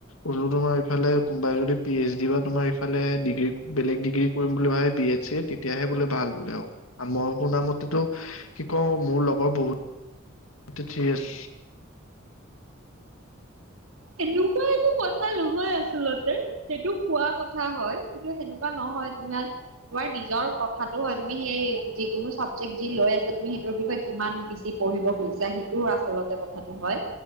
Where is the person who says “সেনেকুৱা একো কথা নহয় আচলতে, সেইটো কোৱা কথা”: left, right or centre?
Right